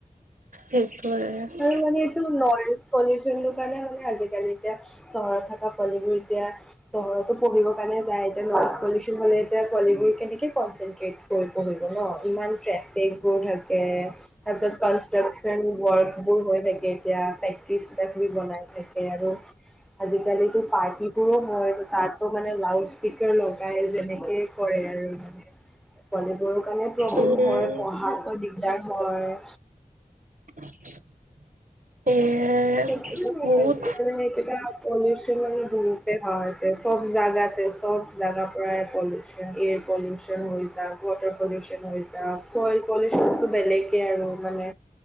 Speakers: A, on the right; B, in the centre.
A: সেইটোৱে‌ আৰু
B: আৰু মানে এইটো নইজ পলিউশ্যনটো কাৰণে হ'ল আজিকালি এতিয়া চহৰত থকা পোৱালিবোৰ এতিয়া চহৰতো পঢ়িব কাৰণে যায় এতিয়া নইজ পলিউশ্যন হ'লে এতিয়া পোৱালিবোৰ কেনেকে কনশ্যেনট্ৰেত ক'ত পঢ়িব ন ইমান ট্ৰেফিকবোৰ থাকে তাৰপিছত কনষ্ট্ৰাক তান ৱৰ্কবোৰ হৈ থাকে এতিয়াে প্ৰেক্টিছ কিবা কিবি বনাই থাকে আৰু, আজিকালি টো পাৰ্টিবোৰো হয় তাৰপিছত মানে লাউড স্পীকাৰ ল গাই যেনেকে কৰে আৰু মানে, পোৱালিবোৰৰ কাৰণে প্ৰব্লেম
A: উম
B: হয় পঢ়াটো দিগ দিস্তাব হয়।
A: <inaudible> সেয়াই
B: একো নাই
A: বহুত
B: আজিকালি মানে একেটা পলিউশ্যন আৰু বহুতে হয় তে চব জেগাতে চব জাগাৰ পৰায় পলিউশ্যন, এয়াৰ পলিউ চন হৈ যাওক, ৱাটাৰ পলিউশ্যন হৈ যাওক, ছইল পলিউশ্যনটো বেলেগে আৰু মানে